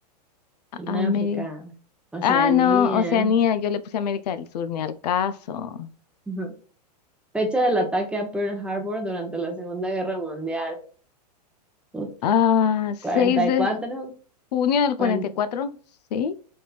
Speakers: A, in the centre; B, on the left (about 70°).
A: En
B: Ameri-
A: África, Oceanía.
B: ah, no, Oceanía, yo le puse América del Sur, ni al caso.
A: Ujú. Fecha del ataque a Pearl Harbor durante la Segunda Guerra Mundial. Puta,
B: Ah, seis
A: cuarenta
B: de
A: y cuatro.
B: junio del
A: cuaren-
B: cuarenta y cuatro, ¿sí?